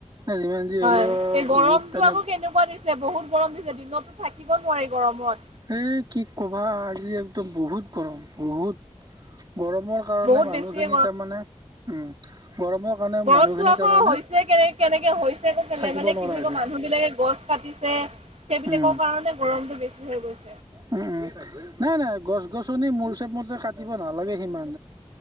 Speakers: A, on the right; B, on the right.
A: যিমান যি
B: হয়
A: হলেও
B: এই গৰমটো
A: বহুত তেনে
B: আকৌ কেনেকুৱা দিছে বহুত গৰম দিছে দিনততো থাকিব নোৱাৰি গৰমত।
A: এই কি ক'বা আজি একদম বহুত গৰম বহুত গৰমৰ কাৰণে
B: বহুত
A: মানুহখিনি
B: বেছিয়ে
A: তাৰমানে, উম। গৰমৰ কাৰণে
B: গৰমতটো
A: মানুহখিনি
B: আকৌ
A: তাৰমানে
B: হৈছে কেনে, কেনেকে হৈছে আকৌ কেলে
A: থাকিব
B: মানে
A: নোৱাৰা
B: কি বুলি
A: হৈছে
B: ক মানুহ বিলাকে গছ কাটিছে সেইবিলাকৰ
A: উম।
B: কাৰণে গৰমতটো বেছি হৈ গৈছে।
A: উম, উম, নাই, নাই, গছ-গছনি মোৰ হিচাব মতে কাটিব নালাগে সিমান